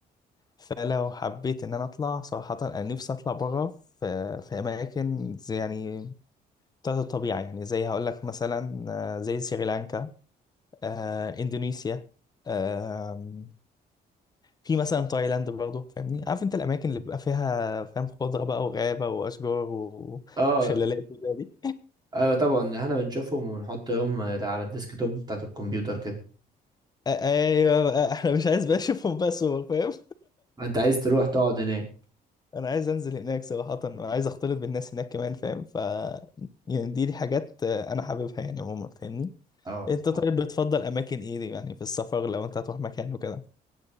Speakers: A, on the left (about 25°); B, on the right (about 25°).
A: فلو حبيت ان انا اطلع صراحه انا نفسي اطلع بره في في اماكن زي يعني بتاعت الطبيعه يعني زي هقول لك مثلا آه، زي سريلانكا آه، اندونيسيا آه، في مثلا تايلاند برضه فاهمني عارف انت الاماكن اللي بيبقى فيها فاهم خضره بقى وغابه واشجار و-
B: اه
A: وشلالات وكده دي
B: ايوه طبعا احنا بنشوفهم ونحطهم على الديسك توب بتاعت الكمبيوتر كده
A: آه، ايوه بقى احنا مش عايز بقى اشوفهم بقى صور فاهم
B: انت عايز تروح تقعد هناك
A: انا عايز انزل هناك صراحة انا عايز اختلط بالناس هناك كمان فاهم ف يعني دي, دي حاجات آه، انا حاببها يعني عموما فاهمني
B: اه
A: انت طيب
B: آه.
A: بتفضل اماكن ايه دي يعني في السفر لو انت هتروح مكان وكده